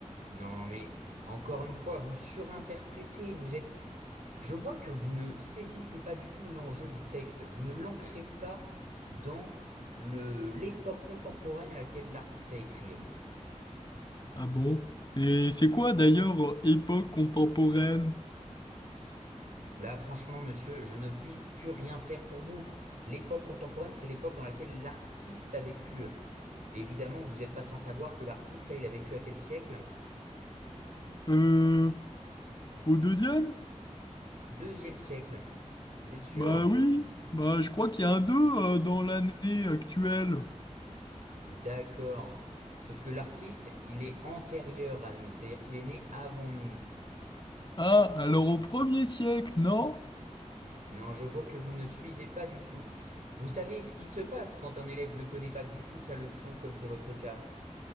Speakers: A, on the right; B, on the left.
A: Non, mais encore une fois, vous surinterprétez, vous êtes Je vois que vous ne saisissez pas du tout l'enjeu du texte, vous ne l'ancrez pas dans le, l'époque contemporaine à laquelle l'artiste a écrit.
B: Ah bon? Et c'est quoi d'ailleurs euh, époque contemporaine?
A: Là, franchement, monsieur, je ne puis plus rien faire pour vous. L'époque contemporaine, c'est l'époque dans laquelle l'artiste a vécu. Évidemment, vous n'êtes pas sans savoir que l'artiste, là, il a vécu à quel siècle?
B: Euh au deuxième?
A: Deuxième siècle. Vous êtes sûr?
B: Bah oui, bah je crois qu'il y a un deux euh, dans l'année actuelle.
A: D'accord. Sauf que l'artiste, il est antérieur à nous, c'est-à-dire qu'il est né avant nous.
B: Ah alors au premier siècle, non?
A: Non, je vois que vous ne suivez pas du tout. Vous savez ce qui se passe quand un élève ne connaît pas du tout sa leçon, comme c'est votre cas.